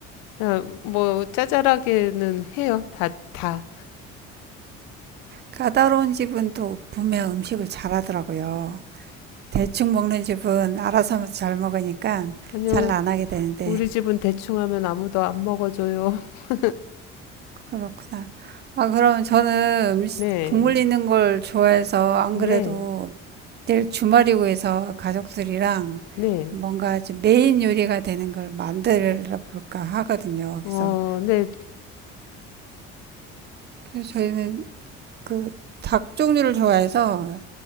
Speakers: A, on the left; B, on the right.
A: 그냥 뭐 짜잘하게는 해요. 다 다.
B: 까다로운 집은 또 분명 음식을 잘하더라고요. 대충 먹는 집은 알아서 잘 먹으니까
A: 아니요.
B: 잘 안 하게 되는데
A: 우리 집은 대충 하면 아무도 안 먹어줘요. <laughs>
B: 그렇구나. 아 그럼 저는 음식,
A: 네.
B: 국물 있는 걸 좋아해서 안
A: 네.
B: 그래도 내일 주말이고 해서 가족들이랑
A: 네.
B: 뭔가 좀 메인 요리가 되는 걸 만들어 볼까 하거든요.
A: 어,
B: 그래서
A: 네.
B: 그래서 저희는 그 닭 종류를 좋아해서